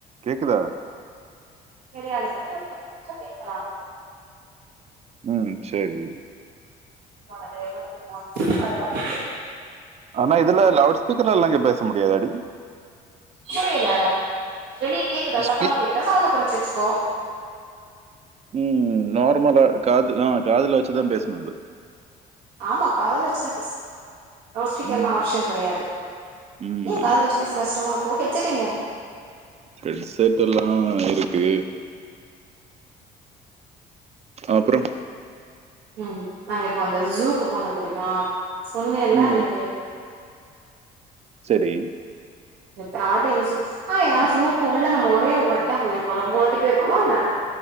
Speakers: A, on the right; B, on the right.
A: கேக்குதா
B: எதயாது பத்தி ஒருபத்து நிமிஷோ பேசலாம்
A: ம் சேரி
B: என்னன்னு தெரியுமா அதலாம வந்து
A: ஆனா இதுல லவுட்ஸ்பீக்கர்லா இங்கே பேச முடியாதடி
B: புரில வெளியே கேக்குதா
A: ஸ்பீ
B: சத்தமா கேக்குதா சவுண்ட குறச்சி வச்சுக்கோ
A: ம் நார்மலா காது ஆ காதுல வச்சுதா பேசணு அது
B: ஆமா காதுல வச்சு தா பேசனு லவுடு ஸ்பீக்கர்லா
A: ம்
B: ஆப்ஷன் கெடையாது
A: ம்
B: ஏ காதுல வச்சு பேச கஷ்டமா இருக்கோ ஹெட்செட் எங்க
A: ஹெட்செட்டுலா இருக்கு அப்றோம்
B: ம் நாங்க இப்ப அந்த ஜூக்கு போனே தெரிமா சொன்னேல்ல
A: ம்
B: அன்னைக்கி
A: செரி
B: எத்தன வாட்டி உன்ன சொல் ஆ ஆனா சூக்கு உள்ள நம்ம ஒரே வாட்டி தா போயிருப்போ ரொம்ப வாட்டி போயிருக்கோமா என்ன